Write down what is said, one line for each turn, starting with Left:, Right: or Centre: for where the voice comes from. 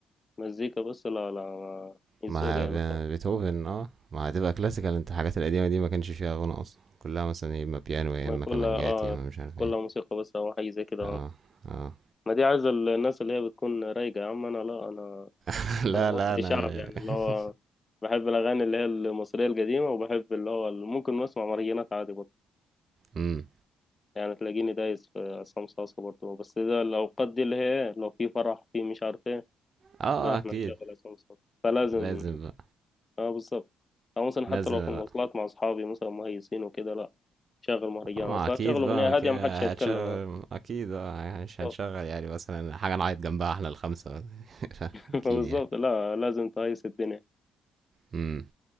Left: مزيكا بس لا لا ما- مش
Right: ما
Left: ذوقي يعني
Right: ب- بيتهوفن اه ما هتبقى كلاسيكال انت الحاجات القديمة دي ما كانش فيها غنى اصلا كلها مثلا يا اما بيانو يا
Left: ما
Right: اما
Left: كل
Right: كمانجات
Left: اه
Right: يا اما مش عارف
Left: كل
Right: ايه
Left: موسيقى بس او حاجه زي كده
Right: اه
Left: اه
Right: اه
Left: ما دي عايزه الناس اللي هي بتكون رايقه يا عم انا لا انا
Right: <laughs> لا
Left: انا مصري
Right: لا انا
Left: شعب يعني اللي هو
Right: <laughs>
Left: بحب الاغاني اللي هي المصريه القديمه وبحب اللي هو ال- ممكن نسمع مهرجانات عادي برضه
Right: امم
Left: يعني تلاقيني دايس في عصام صاصا برضه بس ده الاوقات دي اللي هي إيه، لو في فرح في مش عارف ايه
Right: اه
Left: ده
Right: اكيد
Left: احنا نشغل عصام صاصا فلازم
Right: لازم بقى
Left: اه بالظبط او مثلا حتى
Right: نازل
Left: لو في المواصلات
Right: بقى
Left: مع اصحابي مثلا مهيسين وكده لا شغل مهرجان
Right: ما
Left: اصلا
Right: اكيد
Left: هتشغل اغنيه
Right: بقى كده
Left: هاديه محدش هيتكلم
Right: هتشغل اكيد اه مش
Left: اه
Right: هنشغل يعني مثلا حاجه نعيط جنبها احنا الخمسه
Left: <laughs>
Right: اكيد
Left: فبالظبط
Right: يعني
Left: لا لازم تقيس الدنيا
Right: امم